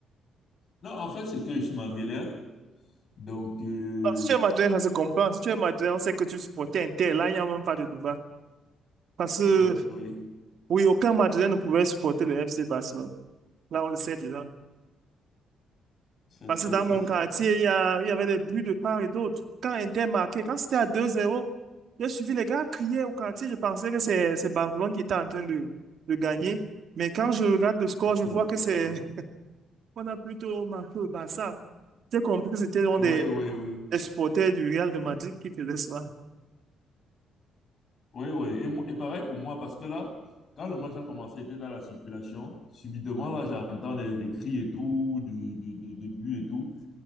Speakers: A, on the left; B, on the right.
A: Non, en fait, c'est que je suis madrilène, donc, euh,
B: Bah, si tu es madrilène, ça se comprend. Si tu es madrilène, on sait que tu supportais Inter. Là, il n'y a même pas de débat. Parce que,
A: euh, oui.
B: oui, aucun madrilène ne pouvait supporter le FC Barcelone. Là, on le sait déjà.
A: <laughs>
B: Parce que dans mon quartier, il y a, il y avait des bruits de part et d'autre. Quand Inter marquait, quand c'était à deux zéro j'ai suivi les gars crier au quartier. Je pensais que c'est c'est Barcelone qui était en train de, de gagner. Mais quand je regarde le score, je
A: Ouais,
B: vois
A: effectivement.
B: que c'est <laughs> on a plutôt marqué le Barça. J'ai compris que c'était dans
A: ouais,
B: des
A: ouais. ouais.
B: les supporters du Real de Madrid qui faisait cela.
A: Ouais, ouais. Et, moi- et pareil pour moi, parce que là, quand le match a commencé, j'étais dans la circulation. Subitement, là, j'entends des, des cris et tout, des, des, des, des buts et tout.